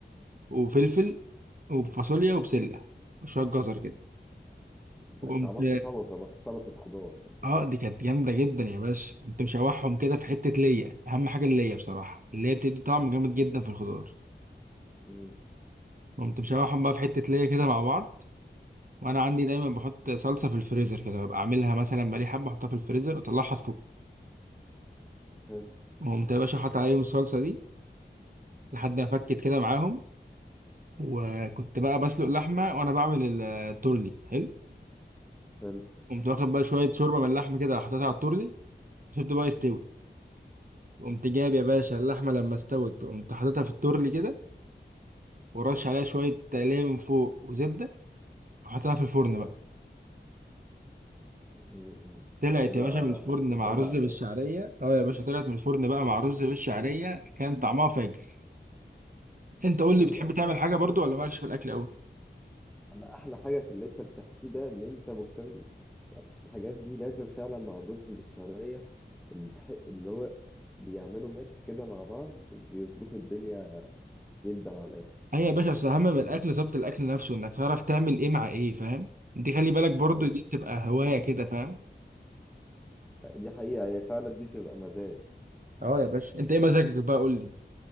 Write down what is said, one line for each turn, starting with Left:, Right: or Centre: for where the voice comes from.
Right: وفلفل وفاصوليا وبسلة وشوية جزر كده وقمت
Centre: ده انت عملت سلطه بقى سلطه خضار <laughs>
Right: اه دي كانت جامدة جدا يا باشا قمت مشوحهم كده في حتة ليا أهم حاجة الليا بصراحة اللي هي بتدي طعم جامد جدا في الخضار
Centre: امم،
Right: قمت مشوحهم بقى في حتة ليا كده مع بعض وانا عندي دايما بحط صلصة في الفريزر كده ببقى اعملها مثلا بقالي حبة احطها في الفريزر اطلعها تفك
Centre: حلو
Right: وقمت يا باشا حاطط عليهم الصلصة دي لحد ما فكت كده معاهم وكنت بقى بسلق اللحمة وانا بعمل ال- التورلي حلو
Centre: حلو
Right: قمت واخد بقى شوية شوربة من اللحمة كده حطيتها على التورلي وسبته بقى يستوي قمت جايب يا باشا اللحمة لما استوت قمت حاططها في التورلي كده ورش عليها شوية تقلية من فوق وزبدة وحطيتها في الفرن بقى
Centre: امم، امم.
Right: طلعت
Centre: كده
Right: يا باشا من الفرن
Centre: هشتكتها
Right: مع رز
Centre: على
Right: بالشعريه
Centre: الاخر
Right: اه يا باشا طلعت من الفرن بقى مع رز بالشعريه كان طعمها فاجر انت قول
Centre: هي
Right: لي بتحب تعمل حاجه برضو ولا مالكش في الاكل قوي
Centre: انا احلى حاجه في اللي انت بتحكيه ده ان انت مهتم يعني الحاجات دي لازم فعلا مع الرز بالشعريه اللي تح- اللي هو بيعملوا ميكس كده مع بعض بيظبطوا الدنيا جدا على الاخر
Right: هي يا باشا اصل اهم من الاكل ظبط الاكل نفسه انك تعرف تعمل ايه مع ايه فاهم دي خلي بالك برضو
Centre: ايوه
Right: دي بتبقى هوايه كده فاهم
Centre: دي حقيقه هي فعلا دي بتبقى مزاج
Right: اه يا باشا انت ايه مزاجك بقى قول لي